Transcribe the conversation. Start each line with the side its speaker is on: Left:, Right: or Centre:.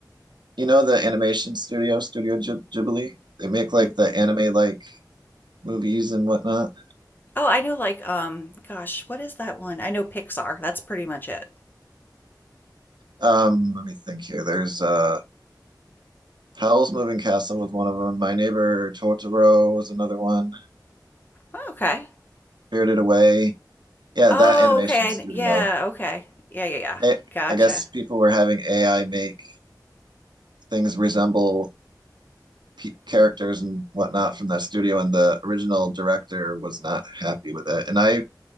Right: You know the animation studio, Studio Ghib- Ghibli? They make like
Left: N-
Right: the anime like movies and whatnot.
Left: Oh, I know like um gosh, what is that one? I know Pixar. That's pretty much it.
Right: Um, let me think here. There's uh Howl's Moving Castle was one of them. My Neighbor Totoro was another one.
Left: Oh, okay.
Right: Spirited Away. Yeah,
Left: Oh,
Right: that animation
Left: okay.
Right: studio.
Left: I, kn- yeah, okay. Yeah, yeah, yeah.
Right: I,
Left: Gotcha.
Right: I guess people were having AI make things resemble p- characters and whatnot from that studio, and the original director was not happy with it. And I